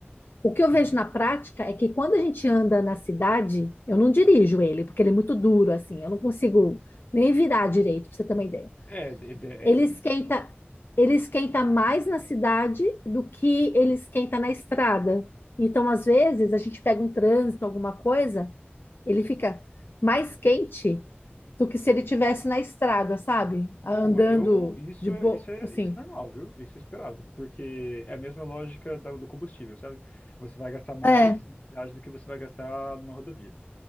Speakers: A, on the left; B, on the left.
A: O que eu
B: Uhum.
A: vejo na prática é que quando a gente anda na cidade, eu não dirijo ele, porque ele é muito duro, assim, eu não consigo nem virar direito, pra você ter uma ideia.
B: É, de- de- é.
A: Ele esquenta, ele esquenta mais na cidade do que ele esquenta na estrada. Então, às vezes, a gente pega um trânsito, alguma coisa, ele fica mais quente do que se ele tivesse na estrada, sabe?
B: bom,
A: Andando
B: eu isso
A: de boa,
B: é isso é
A: assim.
B: isso é normal, viu? Isso é esperado, porque é a mesma lógica da- do combustível, sabe? Você vai gastar mais
A: É,
B: na cidade do que você vai gastar numa rodovia,